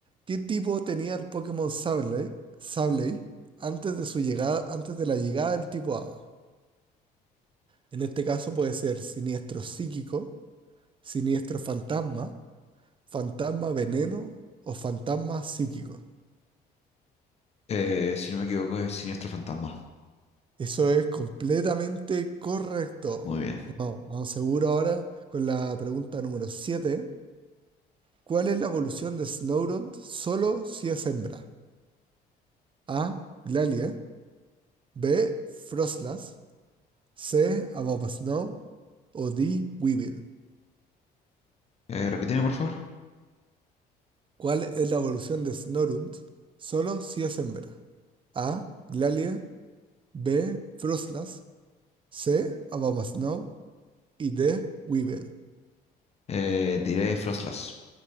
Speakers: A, on the right; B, on the left.
A: ¿Qué tipo tenía el Pokémon Sableye, Sableye antes de su llegada, antes de la llegada del tipo Hada? En este caso puede ser siniestro psíquico, siniestro fantasma, fantasma veneno o fantasma psíquico.
B: Eh, si no me equivoco, es Siniestro Fantasma.
A: Eso es completamente correcto.
B: Muy bien.
A: Vamos, vamos seguro ahora con la pregunta número 7. ¿Cuál es la evolución de Snorunt solo si es hembra? A. Glalie. B. Froslas. C. About Snow o D. Weevil.
B: Eh, repíteme, por favor.
A: ¿Cuál es la evolución de Snorunt? Solo si es hembra. A. Glalie. B. Froslas. C. About Snow y D. Weevil.
B: Eh, diré Frostlass.